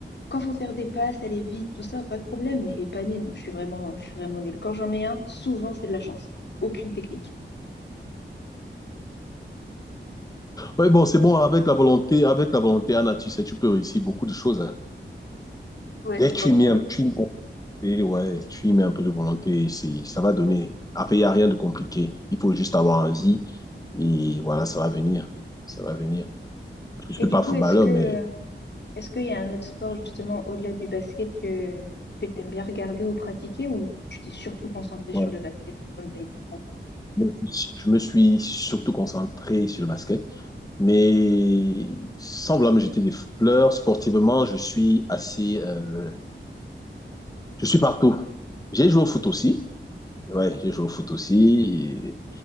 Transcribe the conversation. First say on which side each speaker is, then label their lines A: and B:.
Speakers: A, on the left (about 60°); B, on the left (about 20°).
A: Quand faut faire des passes, aller vite, tout ça, pas de problème. Mais les paniers, non, je suis vraiment, je suis vraiment nulle. Quand j'en mets un, souvent c'est de la chance. Aucune technique.
B: Ouais, bon, c'est bon. Avec la volonté, avec la volonté, Anna, tu sais, tu peux réussir beaucoup de choses. Hein.
A: Ouais,
B: Dès
A: c'est
B: que
A: pas
B: tu y
A: faux.
B: mets un, tu y... mets, et ouais, tu y mets un peu de volonté, c'est ça va donner. Après, il n'y a rien de compliqué. Il faut juste avoir envie. Et voilà, ça va venir. Ça va venir. Je ne suis
A: Et du
B: pas
A: coup,
B: footballeur,
A: est-ce que euh,
B: mais
A: est-ce qu'il y a un autre sport justement au-delà du basket que, que tu aimes bien regarder ou pratiquer ou tu t'es surtout concentré
B: ouais,
A: sur le basket comme tu as été pro?
B: Bon, Je me suis surtout concentré sur le basket, mais semblablement j'étais des fleurs. Sportivement, je suis assez, euh, je suis partout. J'ai joué au foot aussi. Ouais, j'ai joué au foot aussi. et